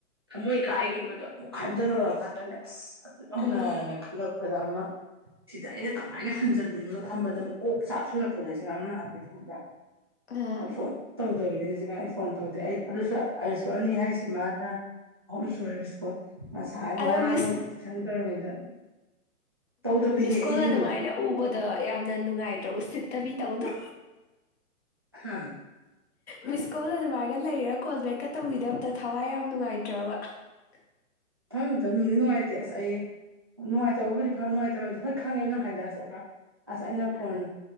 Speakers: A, on the right; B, on the left.
A: ꯊꯃꯣꯏ ꯀꯥꯏꯈꯤꯕꯗꯣ ꯑꯃꯨꯛ ꯍꯟꯖꯜ ꯂꯨꯔꯀꯥꯟꯗꯅꯦ ꯑꯁ ꯑꯗꯨ ꯌꯧꯅꯅ
B: ꯑꯥ
A: ꯈꯜꯂꯛꯄꯗ ꯑꯃ ꯁꯤꯗ ꯑꯩꯅ ꯀꯃꯥꯏꯅ ꯍꯟꯖꯤꯟ ꯣ ꯈꯕꯗ ꯀꯣꯛ ꯆꯥꯛ ꯍꯜꯂꯛꯄꯗꯣꯏꯁꯦ ꯉꯔꯥꯡ ꯅꯍꯥꯟꯗꯩ ꯈꯪꯕ
B: ꯑꯥ
A: ꯐꯣꯟ ꯇꯗꯅꯤ ꯍꯧꯖꯤꯛ ꯑꯩ ꯐꯣꯟ ꯇꯧꯗꯦ ꯑꯩ ꯑꯗꯨꯁꯨ ꯁ꯭ꯀꯨꯜ ꯑꯅꯤ ꯍꯥꯏꯁꯤ ꯃꯥꯅ ꯑꯍꯨꯝ ꯁꯨꯦꯔꯤꯕ ꯁ꯭ꯀꯨꯜ ꯉꯁꯥꯏ
B: ꯑꯗꯣ
A: ꯉꯔꯥꯡ
B: ꯃꯤꯁ
A: ꯇꯨꯏꯁꯟ ꯇꯧꯔꯤꯉꯩꯗ ꯇꯧꯗꯕꯤꯅꯦ
B: ꯃꯤꯁ ꯀꯣꯜ
A: ꯑꯩꯁꯨ
B: ꯑꯗꯨꯃꯥꯏꯅ ꯎꯕꯗꯣ ꯌꯥꯝꯅ ꯅꯨꯡꯉꯥꯏꯇ꯭ꯔꯣ ꯎꯁꯤꯠꯇꯕꯤ ꯇꯧꯗ꯭ꯔꯣ
A: ꯎꯝ
B: ꯕꯤꯁꯀꯨꯜ ꯑꯗꯨꯃꯥꯏꯒ ꯂꯩꯔꯒ ꯀꯣꯜꯕꯦꯛꯀ ꯇꯧꯕꯤꯗꯕꯗ ꯊꯋꯥꯏ ꯌꯥꯝ ꯅꯨꯡꯉꯥꯏꯇ꯭ꯔꯕ <unintelligible>
A: ꯊꯃꯃꯛꯇ ꯅꯨꯡꯗꯤ ꯅꯨꯡꯉꯥꯏꯇꯦ ꯑꯁ ꯑꯩ ꯅꯨꯡꯉꯥꯏꯇꯕꯕꯨꯗꯤ ꯐ ꯅꯨꯡꯉꯥꯏꯇꯕ ꯍꯥꯏ ꯑꯗꯨ ꯍꯣꯏ ꯈꯪꯉꯦꯕ ꯅꯪ ꯍꯥꯏꯗꯔ ꯑꯁ ꯑꯩꯅ ꯐꯣꯟ
B: ꯑ